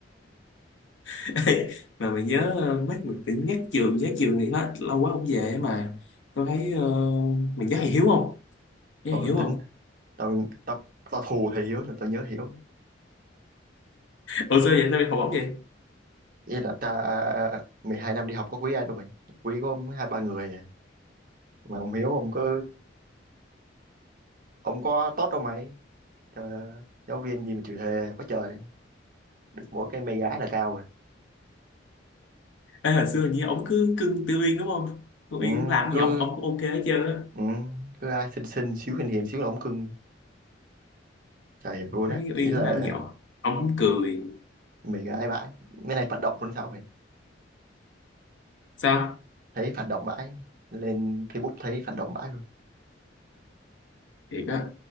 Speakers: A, on the left; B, on the right.
A: <laughs> Ê, mà mày nhớ ờ, mấy mình tự nhắc trường nhớ trường thì hết lâu quá không về á mà tôi thấy ờ, mình nhớ thầy Hiếu không nhớ
B: Thôi
A: thầy Hiếu
B: tính,
A: không
B: tao, tao, tao thù thì Hiếu nhưng mà tao nhớ Hiếu nữa.
A: ủa sao vậy sao mày học ổng vậy
B: Ý là ta 12 năm đi học có quý ai đâu mày. Quý có hai ba người à. Mà ông Hiếu ông cứ... Ông có tốt đâu mày. Trời ơi, giáo viên gì mà chịu thề quá trời. Được mỗi cái mê gái là cao rồi.
A: Ê, hồi xưa hình như ổng cứ cưng Tiêu Uyên đúng không Tiêu
B: Ừ,
A: Uyên làm
B: cứ...
A: gì ổng ổng cũng ok hết trơn á
B: Ừ, cứ ai xinh xinh xíu hiền hiền xíu là ông cưng chả hiểu luôn
A: thấy
B: á ý
A: Uyên
B: là
A: làm gì ổng ổng cũng cười
B: mình ai bãi mấy này phản động luôn sao mày
A: sao
B: thấy phản động bãi lên Facebook thấy phản động bãi luôn
A: thiệt á